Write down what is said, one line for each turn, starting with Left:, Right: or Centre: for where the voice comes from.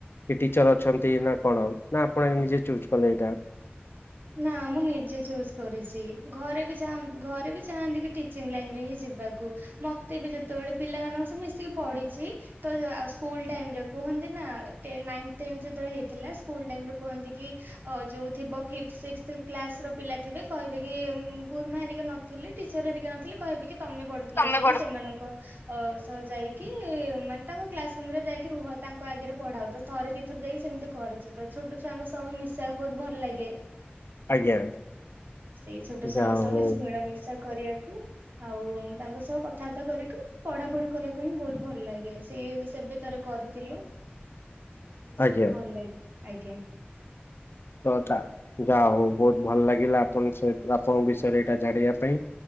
Left: କି ଟିଚର ଅଛନ୍ତି ନା କଣ, ନା ଆପଣ ନିଜେ ଚୁଜ କଲେ ଏଇଟା।
Right: ନା ମୁଁ ନିଜେ ଚୁଜ କରିଛି। ଘରେ ବି ଚା ଘରେ ବି ଚାହାନ୍ତି କି ଟିଚିଂ ଲାଇନରେ ହିଁ ଯିବାକୁ। ମତେ ବି ଯେତେବେଳେ ପିଲାମାନଙ୍କ ସବୁ ମିଶିକି ପଢିଛି ତ ସ୍କୁଲ ଟାଇମରେ କୁହନ୍ତି ନା, ନାଇନ ଟେନ ଯେତେବେଳେ ହେଇଥିଲା ସ୍କୁଲ ଟାଇମରେ କୁହନ୍ତି କି ଯୋଉ ଥିବ ଫି ସିକ୍ସ କ୍ଲାସ ର ପିଲା ଥିବେ। କହିବେ କି ଉମ୍ ଗୁରୁମା ହେରିକା ନଥିଲେ, ଟିଚର ହେରିକା ନଥିଲେ କହିବେ କି ତମେ ବଡ ପିଲା
Left: ତମେ
Right: ଯାଇକି
Left: ବଡ
Right: ସେମାନଙ୍କ ଅ ଥରେ ଯାଇକି ମାନେ ତାଙ୍କ କ୍ଲାସ ରୁମ ରେ ଯାଇକି ରୁହ ତାଙ୍କ ଆଗରେ ପଢାଅ। ତ ଥରେ ଦି ତି ଥର ଯାଇକି ସେମିତି କରିଛୁ ତ। ଛୋଟ ଛୁଆଙ୍କୁ ସଜ୍ ମିଶିବାକୁ ବହୁତ ଭଲ ଲାଗେ।
Left: ଆଜ୍ଞା
Right: ସେଇ ଛୋଟ ସାଙ୍ଗ
Left: ଯାହା
Right: ସବୁ
Left: ହଉ
Right: ବେଶି ମିଳା ମିଶା କରିଆକୁ ଆଉ ତାଙ୍କ ସହ କଥା ବାର୍ତ୍ତା କରିକି ପଢା ପଢି କରିଆକୁ ହିଁ ବହୁତ ଭଲ ଲାଗେ। ସିଏ ସେବେ ଥର କରିଥିଲୁ। ସେଇଟା
Left: ଆଜ୍ଞା
Right: ଭଲ ଲାଗେ। ଆଜ୍ଞା।
Left: ତ ତା ଯା ହଉ ବହୁତ ଭଲ ଲାଗିଲା ଆପଣଙ୍କ ସହ, ଆପଣଙ୍କ ବିଷୟରେ ଏଇଟା ଜାଣିବା ପାଇଁ